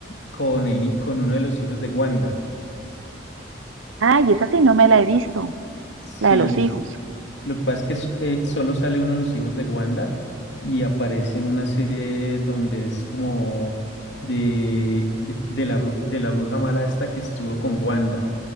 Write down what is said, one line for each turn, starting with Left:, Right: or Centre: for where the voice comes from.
Left: con, el, hi- con uno de los hijos de Wanda.
Right: Ay, esa sí no me la he visto,
Left: Sí,
Right: la de los hijos.
Left: es- lo que pasa es que so- eh, solo sale uno de los hijos de Wanda y aparece en una serie donde es como de, de, de la, bru- de la bruja mala esta que estuvo con Wanda.